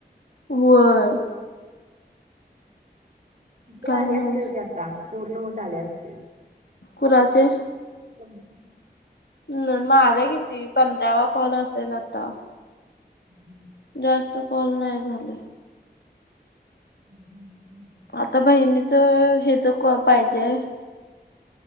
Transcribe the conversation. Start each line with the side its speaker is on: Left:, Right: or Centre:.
Left: होय काय
Right: झाले
Left: नाही
Right: असतील ते आता पूर्ण होत आले असतील
Left: कुणाचे
Right: हम् हा
Left: न माझा किती पंधरावा कॉल असेल आता
Right: हम्म
Left: जास्त कॉल नाही झाले
Right: ह
Left: आता बहिणीच हेच क पाहिजे